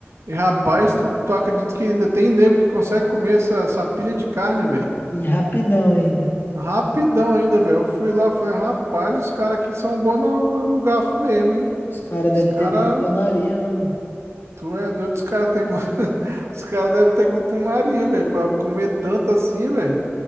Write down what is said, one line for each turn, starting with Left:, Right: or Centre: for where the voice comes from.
Right: E rapaz, tu, tu acredita que ainda tem nego que consegue comer essa, essa pilha de carne, velho?
Left: E rapidão ainda.
Right: Rapidão ainda, velho. Eu fui lá, falei, rapaz, os caras aqui são bons no, no, no garfo mesmo, hein?
Left: Os caras devem
Right: Os caras.
Left: ter glotonaria, né, mano?
Right: Tu é doido, os caras têm. glu- <laughs> Os caras devem ter glutonaria, velho, pra comer tanto assim, velho.